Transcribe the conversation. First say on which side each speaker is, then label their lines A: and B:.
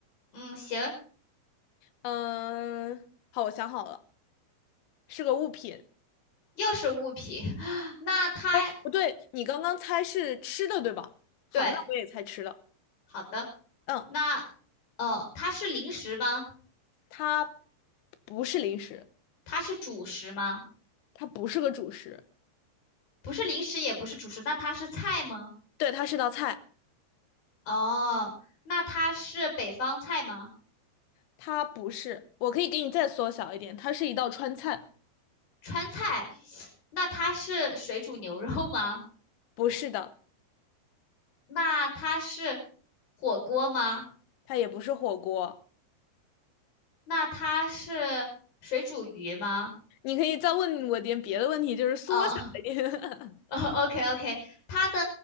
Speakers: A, on the left; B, on the left.
A: 嗯，行，
B: 嗯，好，我想好了，是个物品。
A: 又是物品，<laughs> <gasps> 那它
B: 哦，不对，你刚刚猜是吃的，对吧？好，
A: 对，
B: 那我也猜吃的。
A: 好的，
B: 嗯，
A: 那哦，它是零食吗？
B: 它不是零食，
A: 它是主食吗？
B: 它不是个主食，
A: 不是零食，也不是主食，那它是菜吗？
B: 对，它是道菜，
A: 哦，那它是北方菜吗？
B: 它不是。我可以给你再缩小一点，它是一道川菜，
A: 川菜，<sucks teeth> 那它是水煮牛肉吗？
B: 不是的。
A: 那它是火锅吗？
B: 它也不是火锅。
A: 那它是水煮鱼吗？
B: 你可以再问我点别的问题，就是缩小一点。
A: 呃 <laughs>，OK OK，它的